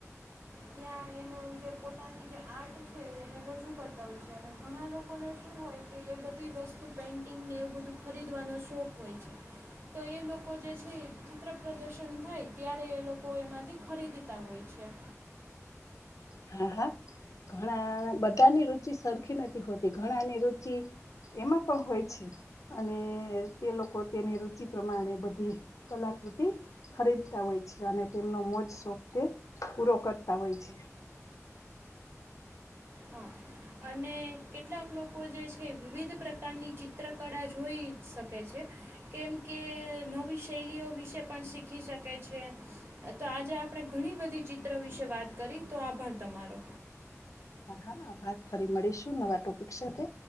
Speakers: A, on the right; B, on the left.
A: ત્યાં એનું જે પોતા આર્ટ છે એને રજૂ કરતા હોય છે અને ઘણા લોકોને શું હોય કે એ બધી વસ્તુ પેઇન્ટિંગ ને એવું બધું ખરીદવાનો શોખ હોય છે. તો એ લોકો જે છે એ ચિત્ર પ્રદર્શન થાય ત્યારે એ લોકો એમાંથી ખરીદતા હોય છે
B: હા, હા. ઘણા બધાની રુચિ સરખી નથી હોતી ઘણાની રુચિ એમાં પણ હોય છે અને તે લોકો તેની રુચિ પ્રમાણે બધી કલા કૃતિ ખરીદતા હોય છે, અને તેમનો મોજ શોખ તે પૂરો કરતા હોય છે.
A: હા અને કેટલાક લોકો જે છે વિવિધ પ્રકારની ચિત્ર કળા જોઈ શકે છે. કેમ કે નવી શૈલીઓ વિશે પણ શીખી શકે છે અહ તો આજે આપ પડે ઘણી બધી ચિત્ર વિશે વાત કરી, તો આભાર તમારો.
B: હા, ભાગ ફરી મળીશું નવા ટોપિક સાથે.